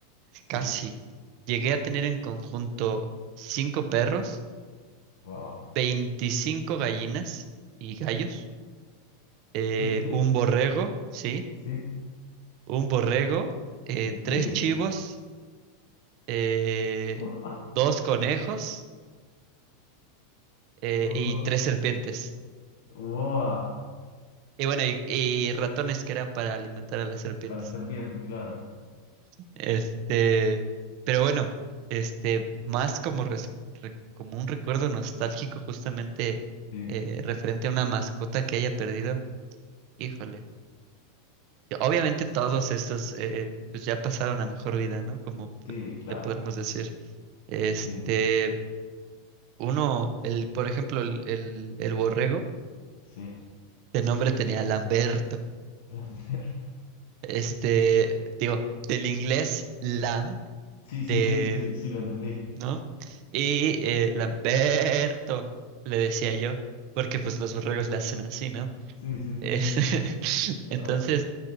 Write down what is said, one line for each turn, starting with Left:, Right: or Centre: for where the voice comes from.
Left: Sí.
Right: casi, llegué a tener en conjunto cinco perros,
Left: Wow.
Right: 25 gallinas y gallos, eh,
Left: ¿En serio?
Right: un borrego, sí,
Left: Sí.
Right: un borrego, eh,
Left: Increíble.
Right: tres chivos, eh,
Left: <laughs>
Right: dos conejos eh,
Left: Wow.
Right: y tres serpientes.
Left: Wow.
Right: Y bueno, y, y ratones que eran para alimentar a las serpientes.
Left: Para serpientes, claro.
Right: Este, pero bueno, este, más como, res- re- como un recuerdo nostálgico justamente
Left: Sí,
Right: eh, referente a una mascota que haya perdido, híjole. que Obviamente todos estos eh, pues ya pasaron a mejor vida, ¿no? Como p-
Left: sí, claro.
Right: le podremos decir. Este,
Left: Sí,
Right: uno, el, por ejemplo, el, el, el borrego,
Left: sí.
Right: de nombre tenía Lamberto.
Left: <laughs> Lambert.
Right: Este, digo, del inglés lamb,
Left: Sí,
Right: de
Left: sí, sí, sí, sí, sí, lo entendí.
Right: ¿no? Y eh, Lamberto, le decía yo, porque pues los borregos le hacen así, ¿no?
Left: Sí, sí, sí,
Right: Es-
Left: sí, sí.
Right: <laughs>
Left: Ah,
Right: Entonces,